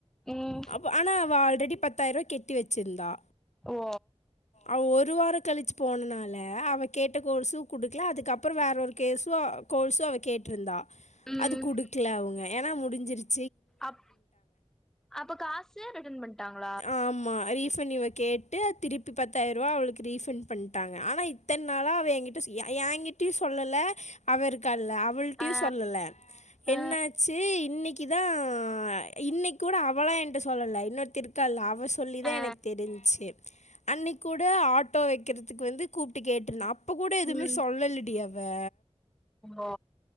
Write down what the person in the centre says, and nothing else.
ம்
ஓ
ம்
அப் அப்போ காசு ரிட்டன் பண்ணிட்டாங்கோ
ஆ
ஆ
ஆ
ம்
ஓ